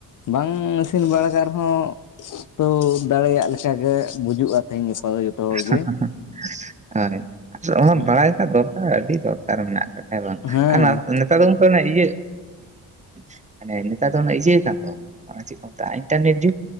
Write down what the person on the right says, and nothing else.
<unintelligible>
ᱟᱹᱰᱤ
<unintelligible> <unintelligible> ᱵᱟᱲᱟᱭ ᱨᱮᱭᱟᱜ ᱫᱚᱨᱠᱟᱨ ᱟᱹᱰᱤ ᱫᱚᱨᱠᱟᱨ ᱢᱮᱱᱟᱜ ᱠᱟᱫᱟ᱾ ᱦᱮᱸ ᱵᱟᱝ
ᱟᱨ ᱱᱮᱛᱟᱨ ᱫᱚ ᱚᱱᱠᱟ ᱤᱭᱟᱹ <inaudible> <unintelligible> ᱱᱮᱛᱟᱨ ᱫᱚ ᱤᱭᱟᱹ <unintelligible> ᱚᱱᱟ ᱪᱮᱫ ᱠᱚ ᱡᱮᱛᱜᱼᱟ ᱤᱱᱴᱤᱨᱱᱮᱯ ᱡᱤᱯ